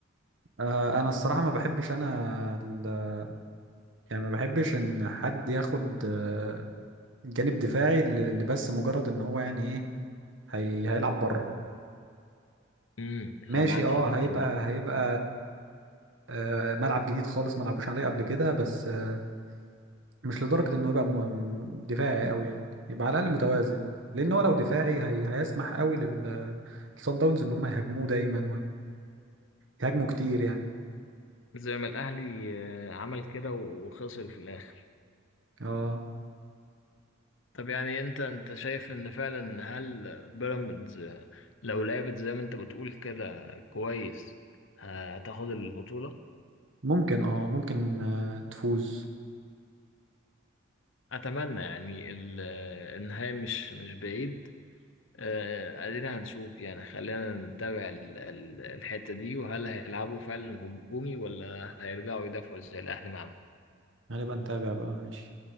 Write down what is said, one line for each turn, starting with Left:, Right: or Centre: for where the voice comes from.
Right: آه، انا الصراحه ما بحبش انا ال- يعني ما بحبش ان حد ياخد آه، جانب دفاعي ل- اللي بس مجرد ان هو يعني ايه هي هيلعب بره
Left: امم
Right: ماشي
Left: انا معاك
Right: اه
Left: في كده
Right: هيبقى
Left: والله
Right: هيبقى آه، ملعب جديد خالص ما لعبوش عليه قبل كده بس آه، مش لدرجه انه يبقى م- دفاعي قوي يعني يبقى على الاقل متوازن لان هو لو دفاعي هي هيسمح قوي للصن داونز ان هم يهاجموه دايما ويهاجموا كتير يعني
Left: زي ما الاهلي آه، عمل كده وخسر في الاخر
Right: اه
Left: طب يعني انت انت شايف ان فعلا هل بيراميدز آه، لو لعبت زي ما انت بتقول كده كويس هتاخد البطولة
Right: ممكن اه ممكن آه، تفوز
Left: اتمنى يعني ال- آه، النهاية مش مش بعيد آه، ادينا هنشوف يعني خلينا نتابع ال- ال- الحتة دي وهل هيلعبوا فعلا هجومي ولا هيرجعوا يدافعوا زي الاهلي مع
Right: هنبقى نتابع بقى ماشي